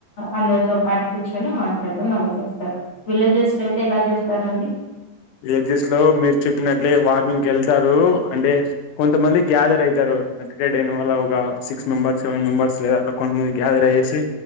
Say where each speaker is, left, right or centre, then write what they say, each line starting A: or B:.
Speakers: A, on the left; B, on the left.
A: అందరితో పాటు కూర్చొని మాట్లాడడం అలా చేస్తారు విలేజెస్ లో అయితే ఎలా చేస్తారండి
B: విలేజెస్ లో మీరు చెప్పినట్లే వాకింగ్ వెళ్తారు అంటే కొంతమంది గ్యాదర్ అవుతారు అకే డైన్ వల్ల ఒక సిక్స్ మెంబర్స్ సెవెన్ మెంబర్స్ లేద అట్లా కొంతమంది గ్యాదర్ అయేసి